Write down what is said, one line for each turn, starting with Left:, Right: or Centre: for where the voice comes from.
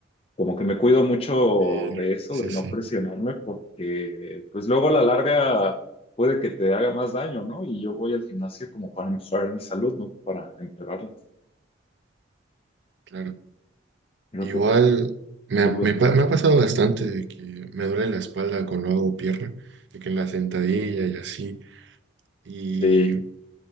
Left: como que me cuido mucho
Right: Sí,
Left: de eso,
Right: sí,
Left: de no
Right: sí,
Left: presionarme, porque pues luego a la larga puede que te haga más daño, ¿no? Y yo voy al gimnasio como para mejorar mi salud, no para empeorarla.
Right: claro.
Left: Creo
Right: Igual
Left: que es
Right: me, ha-
Left: el objetivo
Right: me,
Left: de
Right: pa-
Left: todo.
Right: me ha pasado bastante de que me duele la espalda cuando hago pierna, de que en la sentadilla y así. Y
Left: Sí.